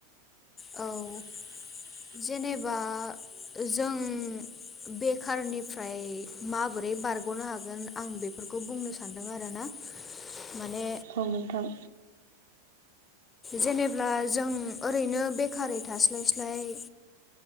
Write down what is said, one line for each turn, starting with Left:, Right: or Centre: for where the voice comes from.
Left: औ।
Right: <unintelligible> <inaudible>
Left: जेनेबा जों। बेखारनिफ्राय माबोरै बारग'नो हागोन आं बेफोरखौ बुंनो सानदों आरोना। माने
Right: औ नोंथां।
Left: जेनेब्ला जों ओरैनो बेखारै थास्लायस्लाय